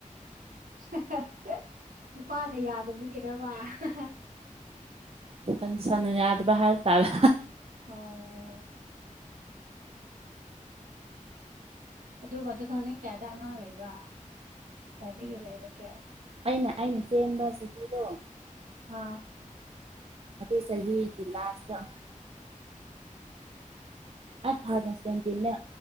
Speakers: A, on the right; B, on the right.
A: <unintelligible> ꯅꯨꯄꯥꯅ ꯌꯥꯗꯕꯒꯤꯔꯕ <unintelligible>
B: ꯎꯝ ꯀꯪꯁꯟꯅ ꯌꯥꯗꯕ ꯍꯥꯏꯕꯇꯔꯦ
A: ꯑꯣ ꯑꯗꯨꯒ ꯇꯨ ꯊꯥꯎꯖꯟ ꯀꯌꯥꯗ ꯑꯉꯥꯡ ꯂꯩꯕ ꯀꯌꯥꯗꯒꯤ ꯂꯩꯔꯛꯀꯦ
B: ꯑꯩꯅ ꯑꯩꯅ ꯆꯦꯟꯕ ꯆꯍꯤꯗꯣ
A: ꯑꯥ
B: ꯑꯗꯨ ꯆꯍꯤꯒꯤ ꯂꯥꯁꯇ ꯑꯃ ꯑꯠ ꯊꯥꯎꯖꯟꯁꯗꯤꯅꯦ